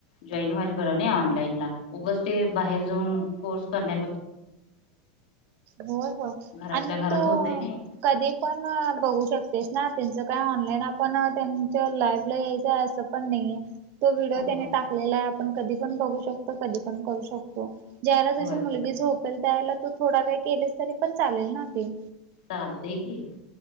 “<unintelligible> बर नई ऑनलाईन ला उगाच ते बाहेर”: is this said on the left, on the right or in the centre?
Left